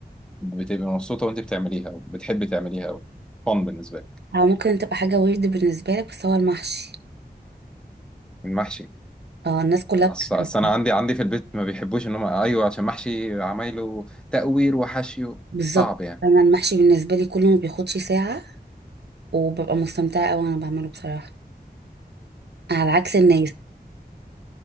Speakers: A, in the centre; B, on the right.
A: بتبقي مبسوطة وأنت بتعمليها وبتحبي تعمليها أوي فن بالنسبة لك
B: أو ممكن تبقى حاجة ويرد بالنسبة لك بس هو المحشي
A: المحشي
B: اه الناس كلها
A: أصل
B: بتكره
A: أصل أنا عندي عندي في البيت ما بيحبوش إن هم أيوه عشان محشي عمايله تقوير وحشيه
B: بالظبط
A: صعب يعني
B: أنا المحشي بالنسبة لي كله ما بياخدش ساعة وببقى مستمتعة أوي وأنا بعمله بصراحة على عكس الناس